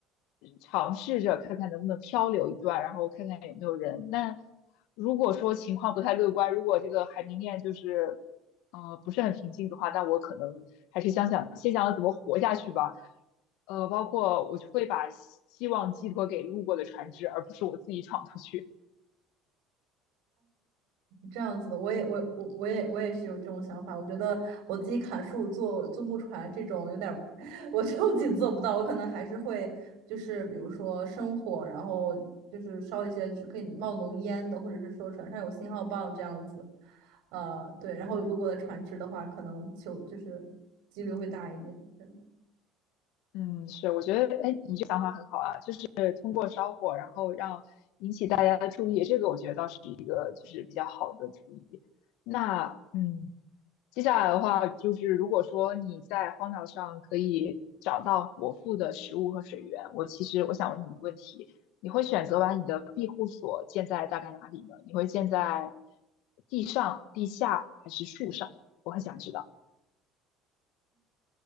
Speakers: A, on the left (about 70°); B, on the right (about 80°).
A: 嗯尝试着看看能不能漂流一段，然后看看有没有人。但如果说情况不太乐观，如果这个海平面就是呃不是很平静的话，那我可能还是想想先想想怎么活下去吧。呃，包括我就会把希希望寄托给路过的船只，而不是我自己闯出去。
B: 这样子的，我也我我我也我也是有这种想法。我觉得我自己砍树做做木船这种有点儿，<laughs> 我觉得自己做不到。我可能还是会就是比如说生火，然后就是烧一些就是可以冒浓烟的，或者是说船上有信号棒这样子。呃，对，然后如果的船只的话，
A: 嗯
B: 可能就就是几率会大一点。对，
A: 嗯，是，我觉得，哎，你这想法很好啊，就是通过烧火，然后让大家注意，这个我觉得倒是一个就是比较好的主意。那，嗯。接下来的话，就是如果说你在荒岛上可以找到果腹的食物和水源，我其实我想问你一个问题：你会选择把你的庇护所建在大概哪里呢？你会建在地上、地下还是树上？我很想知道。